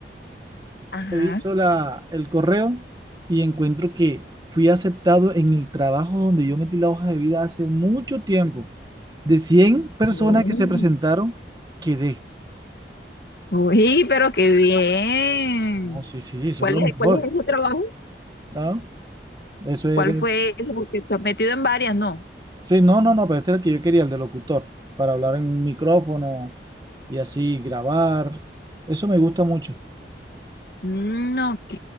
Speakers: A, on the left; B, on the right.
A: Ajá.
B: reviso la, el correo y encuentro que fui aceptado en el trabajo donde yo metí la hoja de vida hace mucho tiempo. De cien personas
A: Oh.
B: que se presentaron, quedé.
A: Uy, pero qué bien.
B: No, sí, sí, eso
A: ¿Cuál
B: es lo
A: es,
B: mejor.
A: cuál es ese trabajo?
B: ¿ah? Eso era.
A: ¿Cuál fue ese? Porque estás metido en varias, ¿no?
B: Sí, no, no, no, pero este es el que yo quería, el de locutor, para hablar en un micrófono y así grabar. Eso me gusta mucho.
A: Mm, ok.